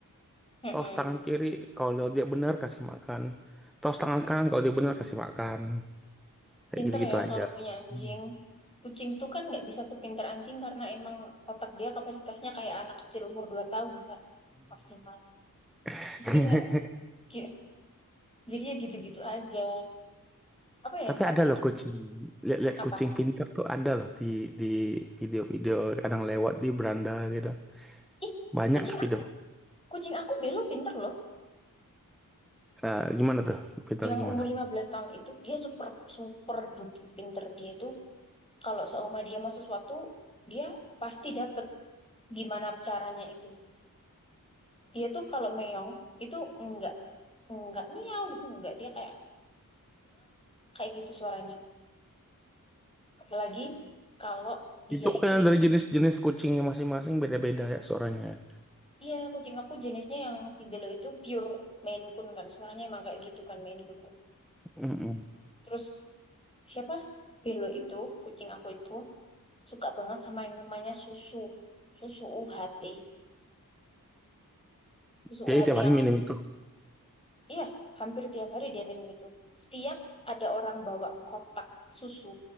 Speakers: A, on the left (about 15°); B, in the centre.
A: Mm-mm.
B: tos tangan kiri, kalau dia benar kasih makan. Tos tangan kanan kalau dia benar kasih makan. kayak
A: Pinter
B: gitu-gitu
A: ya
B: aja.
A: kalau punya anjing.
B: Hmm.
A: Kucing tuh kan nggak bisa sepinter anjing karena emang otak dia kapasitasnya kayak anak kecil umur 2 tahun Kak, maksimal.
B: <laughs>
A: Jadi ya gi- jadi ya gitu-gitu aja. Apa ya?
B: Tapi
A: Tapi
B: ada
A: tetap
B: loh kucing,
A: sih
B: lihat-lihat
A: apa?
B: kucing pintar tuh ada loh di di video-video kadang lewat di beranda gitu.
A: Ih,
B: Banyak
A: kucing aku,
B: video.
A: kucing aku Belo pinter loh.
B: Eh, gimana tuh? Pintar
A: Yang
B: gimana?
A: umur 15 tahun itu dia super super duper pinter dia itu kalau seumur dia mau sesuatu dia pasti dapet gimana caranya itu. Dia tuh kalau meong itu enggak enggak miau gitu enggak dia kayak kayak gitu suaranya Apalagi kalau dia
B: Itu bukannya
A: itu ini.
B: dari jenis-jenis kucingnya masing-masing beda-beda ya suaranya ya.
A: Iya, kucing aku jenisnya yang si Belo itu pure Maine Coon kan. Suaranya emang kayak gitu kan Maine Coon.
B: Mm-mm.
A: Terus siapa? Belo itu, kucing aku itu suka banget sama yang namanya susu. Susu UHT. Susu
B: Jadi
A: UHT
B: tiap hari
A: yang
B: minum itu.
A: iya, hampir tiap hari dia minum itu. Setiap ada orang bawa kotak susu.